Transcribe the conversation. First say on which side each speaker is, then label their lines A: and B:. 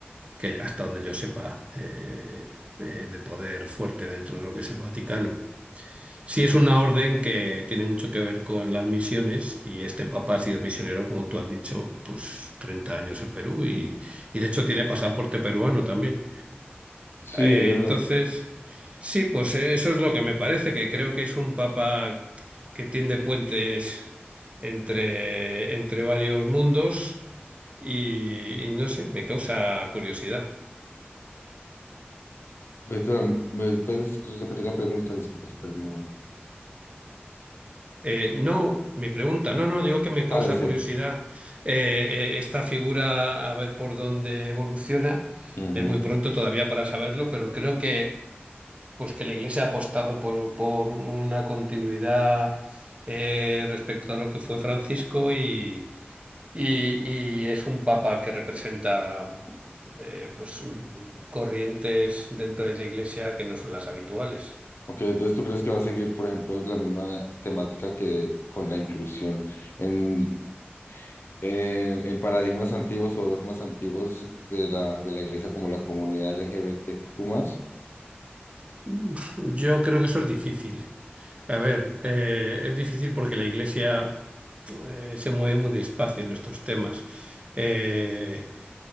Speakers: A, on the right; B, on the left.
A: que hasta donde yo sepa, eh, eh, de poder fuerte dentro de lo que es el Vaticano. Sí es una orden que tiene mucho que ver con las misiones y este papa ha sido misionero, como tú has dicho, pues 30 años en Perú y, y de hecho tiene pasaporte peruano también.
B: Sí,
A: Eh,
B: es verdad.
A: entonces, sí, pues eh, eso es lo que me parece, que creo que es un papa que tiende puentes entre, entre varios mundos y, y no sé, me causa curiosidad.
B: Espera, ¿me puedes repetir la pregunta? Disculpa, te perdí un momento.
A: Eh, no, mi pregunta, no, no, digo que me causa
B: Ah, decías.
A: curiosidad eh, eh, esta figura, a ver por dónde evoluciona.
B: Ujú.
A: Es muy pronto todavía para saberlo, pero creo que Pues que la Iglesia ha apostado por, por una continuidad eh, respecto a lo que fue Francisco y, y- y es un papa que representa eh, pues, mm, corrientes dentro de la Iglesia que no son las habituales.
B: Ok, entonces tú crees que va a seguir, por ejemplo, la misma temática que con la inclusión en, en, en paradigmas antiguos o dogmas antiguos de la, de la iglesia como la comunidad L G B T Q más
A: Uf, Yo creo que eso es difícil. A ver, eh, es difícil porque la Iglesia eh, se mueve muy despacio en estos temas. Eh,